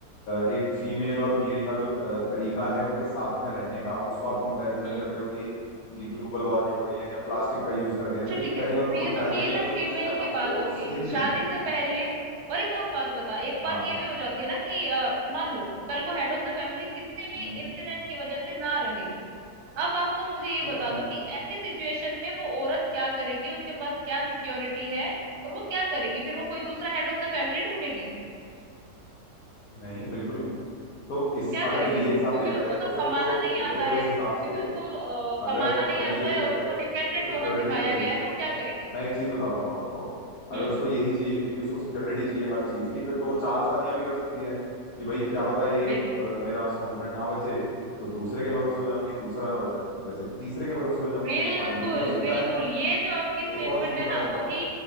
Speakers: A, on the left; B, on the right.
A: एक फीमेल और मेल का जो अ, तरीका है उनके साथ में रहने का उसको आप कंपैरिजन
B: हम्म
A: कर रहे हो कि कि ग्लोबल वार्मिंग हो रही है कि हम प्लास्टिक का यूज कर रहे हैं
B: अच्छा
A: तो ये
B: ठीक है
A: पहली
B: तो
A: बात तो
B: ये
A: कंपैरिजन
B: तो मेल
A: का
B: एंड
A: जो रूट
B: फीमेल
A: है ना
B: की बात
A: वो
B: हो गई
A: सेम नहीं
B: शादी
A: है
B: से पहले और एक और बात बता एक बात
A: हाँ
B: ये भी हो जाती है ना कि अ, मान लो कल को हेड ऑफ द फैमिली किसी भी
A: हम्म
B: इंसिडेंट की वजह से ना रहे अब आपको मुझे ये
A: ठीक
B: बता
A: है
B: दो कि ऐसी सिचुएशन में वो औरत क्या करेगी उसके पास क्या सिक्योरिटी है और वो क्या करेगी फिर वो कोई दूसरा हेड ऑफ द फैमिली ढूंढेगी
A: नहीं बिल्कुल नहीं तो इस
B: तो क्या
A: अगर
B: करेगी
A: ये
B: वो
A: हिसाब
B: क्योंकि
A: देखा
B: उसको
A: जाए तो
B: तो
A: फिर
B: कमाना
A: तो
B: नहीं
A: फिर
B: आता
A: तो इस
B: है
A: हिसाब
B: क्योंकि
A: से
B: उसको अ,
A: अगर
B: कमाना नहीं
A: अगर
B: आता
A: ये देखा
B: है और
A: जाए
B: उसको डिपेंडेंट
A: कि उसको सिक्योरिटी
B: होना सिखाया
A: चाहिए
B: गया है तो वो क्या करेगी
A: मैं एक चीज बताता हूँ आपको
B: हम्म
A: अगर उसको यही चाहिए कि उसको सिक्योरिटी चाहिए हर चीज की फिर तो वो चार शादियां भी कर सकती है कि भाई क्या पता एक
B: बिल्कुल
A: अ, मेरा हस्बैंड ना बचे तो दूसरे के भरोसे हो जाऊंगी दूसरा ना बचा बचे तीसरे के भरोसे हो जाऊंगी
B: बिल्कुल
A: और ये भी हो सकता
B: बिल्कुल
A: है
B: ये जो आपकी स्टेटमेंट
A: एक और चीज
B: है
A: बता
B: ना
A: देता
B: वही
A: हूँ